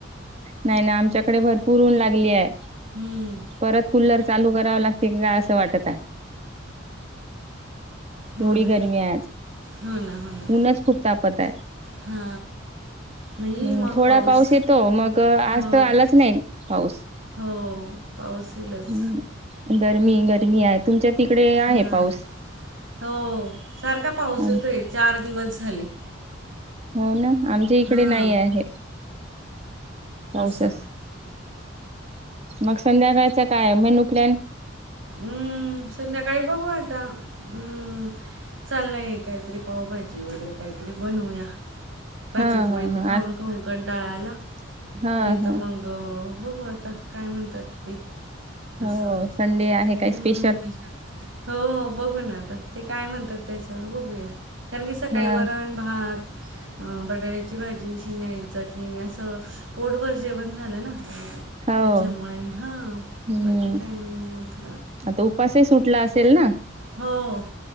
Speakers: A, on the right; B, on the right.
A: नाही नाही आमच्याकडे भरपूर ऊन लागली आय.
B: हम्म.
A: परत कुल्लर चालू करावं लागते की काय असं वाटत आहे.
B: हो
A: एवढी
B: ना
A: गरमी आहे आज.
B: हो ना ना,,
A: ऊनच खूप तापत आहे.
B: हा. म ईल
A: हं,
B: मग
A: थोडा
B: पाऊस,,,
A: येतो मग अ, आज
B: हो.
A: तर आलाच नाही पाऊस.
B: हो, पाऊस ईलच.
A: हं. गरमी गरमी आहे तुमच्या तिकडे
B: हां.
A: आहे पाऊस
B: हो सारखा पाऊस
A: आम
B: येतोय चार दिवस झाले
A: हो ना आमच्या इकडे
B: हां,
A: नाही आहे. पासस
B: असं.
A: मग संध्याकाळच काय मेनू प्लॅन
B: हम्म संध्याकाळी बघू आता हम्म चाललंय काहीतरी पावभाजी वगैरे काहीतरी बनवूया भाजी
A: हा
B: पोळी
A: हा हा
B: खाऊन
A: आज
B: खाऊन कणटाळा आला
A: हा
B: नाही
A: हा
B: तर मंग ग बघू आता काय म्हणतात ते
A: हो
B: असं.
A: संडे आहे
B: हम्म
A: काय स्पेशल
B: हो बघू ना आता ते काय म्हणतात त्याच्यावर बघूया कारण की सकाळी
A: हा
B: वरण भात, अ बटाट्याची भाजी, शिंगदाण्याची चटणी असं पोटभर जेवण झालं ना त्याच्यामुळे
A: हो
B: हा
A: हम्म
B: बाकी काही नाही मग.
A: आता उपासही सुटला असेल ना?
B: हो.